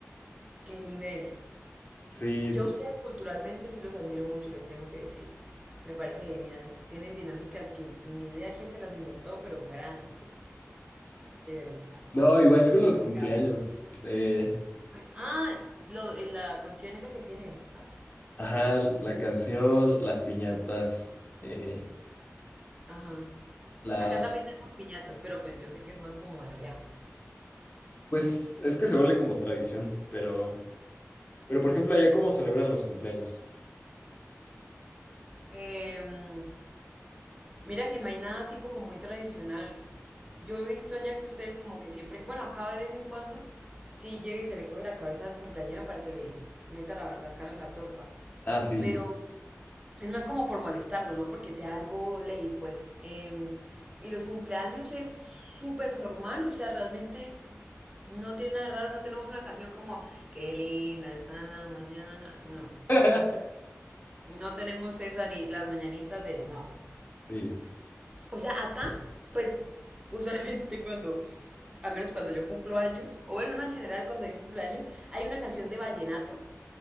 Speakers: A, on the right; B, on the left.
A: ¿Qué nivel?
B: sí,
A: Yo
B: sí.
A: a ustedes culturalmente sí los admiro mucho, les tengo que decir. Me parece genial. Tienen dinámicas que ni idea quién se las inventó, pero grande. De verdad.
B: No, igual con los
A: Como
B: cumpleaños. eh,
A: Ah, lo- en la canción esa que tiene. Ay,
B: ajá, la canción, las piñatas, eh,
A: ajá.
B: la...
A: Acá también tenemos piñatas, pero pues yo sé que es más como de allá.
B: Pues es que se vuelve como tradición, pero... Pero, por ejemplo, allá cómo celebran los cumpleaños.
A: Em, Mira que no hay nada así como muy tradicional. Yo he visto allá que ustedes como que siempre, bueno, acá de vez en cuando, sí llega y se le coge la cabeza al cumpleañero para que le meta la, la cara en la torta.
B: Ah, sí,
A: Pero
B: sí.
A: es más como por molestarlo, ¿no? Porque sea algo ley, pues. Eh, y los cumpleaños es súper normal, o sea, realmente no tiene nada de raro, no tenemos una canción como, qué linda está la mañana, no.
B: <laughs>
A: No tenemos esa ni las mañanitas de, no.
B: Sí.
A: O sea, acá, pues, usualmente <laughs> cuando, a menos cuando yo cumplo años, o bueno, no en general cuando hay un cumpleaños, hay una canción de vallenato.